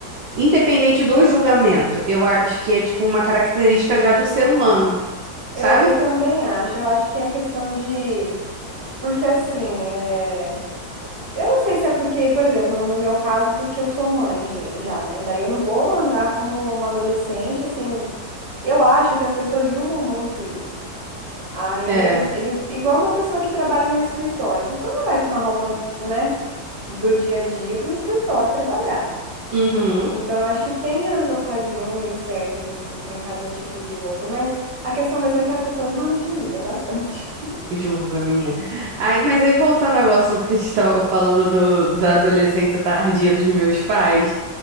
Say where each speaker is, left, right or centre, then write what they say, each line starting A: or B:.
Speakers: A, on the right; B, on the right.
A: Independente do julgamento, eu acho que é tipo uma característica já do ser humano,
B: Eu,
A: sabe?
B: eu também acho. Eu acho que é questão de. Porque assim, é... eu não sei se é porque, por exemplo, no no meu caso, porque eu sou mãe já, já, né? Daí eu não vou andar como uma adolescente, assim. Eu acho que as pessoas julgam muito isso. Aí
A: É.
B: eles, eles, igual uma pessoa que trabalha no escritório, a pessoa não vai com uma roupa, né, do dia a dia para o escritório trabalhar.
A: Uhum.
B: Então, eu acho que tem as ocasiões certas, assim, para cada tipo de roupa, mas a questão mesmo é que as pessoas realmente julgam bastante.
A: Julga menina. Aí, mas aí voltando ao assunto que a gente estava falando do, da adolescência tardia dos meus pais,